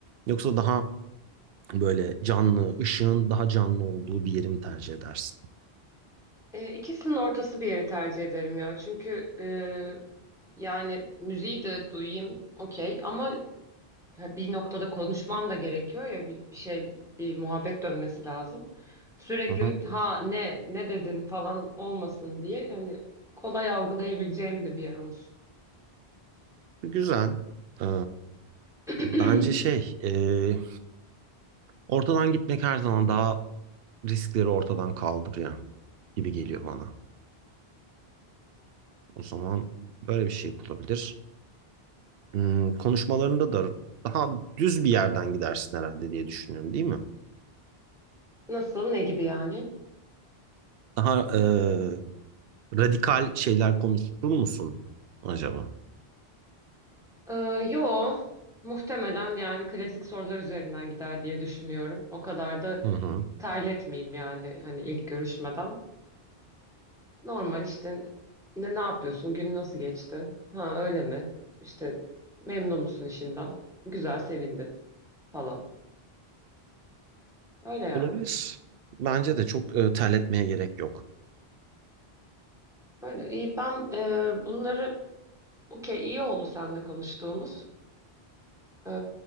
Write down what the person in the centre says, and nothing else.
E, ikisinin ortası bir yeri tercih ederim ya. Çünkü e, yani müziği de duyayım okey ama ha, bir noktada konuşmam da gerekiyor ya bir, bir şey bir muhabbet dönmesi lazım. Sürekli
ha ne ne dedin falan olmasın diye hani kolay algılayabileceğim de bir yer olsun.
<clears throat>
Nasıl ne gibi yani?
Ee, yo muhtemelen yani klasik sorular üzerinden gider diye düşünüyorum. O kadar da
terletmeyeyim yani hani ilk görüşmeden. Normal işte ne, ne yapıyorsun gün nasıl geçti? Ha öyle mi? İşte memnun musun işinden? Güzel sevindim. falan. Öyle yani.
Öyle. İyi, ben e, bunları okey iyi oldu seninle konuştuğumuz. E,